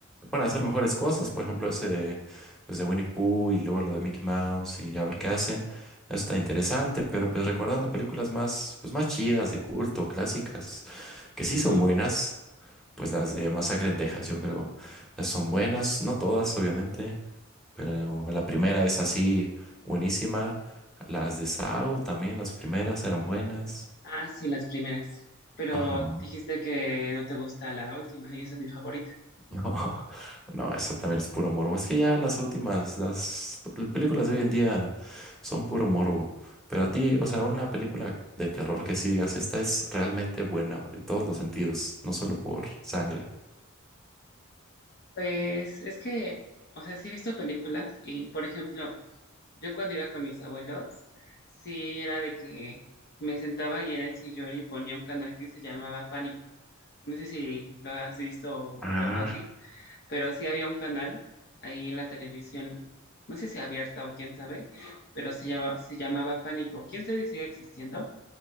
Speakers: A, in the centre; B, on the left (about 50°).
A: pueden hacer mejores cosas, por ejemplo, ese de, pues de Winnie Pooh y luego lo de Mickey Mouse y a ver qué hacen. Eso está interesante, pero pues recordando películas más, pues más chidas, de culto, clásicas, que sí
B: ujú.
A: son buenas, pues las de Masacre en Texas, yo creo, las son buenas, no todas, obviamente. Pero la primera es así buenísima. Las de Sao también, las primeras eran buenas.
B: Ah, sí, las primeras. Pero
A: Ajá. No,
B: dijiste que no te gusta la última y esa es mi favorita.
A: <laughs> no, eso también es puro morbo. Es que ya las últimas, las p- películas de hoy en día son puro morbo. Pero a ti, o sea, una película de terror que sí digas, esta es realmente buena de todos los sentidos, no solo por sangre.
B: Pues es que, o sea, sí he visto películas y, por ejemplo, yo cuando iba con mis abuelos, sí era de que me sentaba ahí en el sillón y ponía un canal que se llamaba Pánico. No sé si lo has visto o
A: Ah,
B: o algo así, pero sí había un canal ahí en la televisión, no sé si abierta o quién sabe, pero se llama, se llamaba Pánico. ¿Quién sabe si sigue existiendo?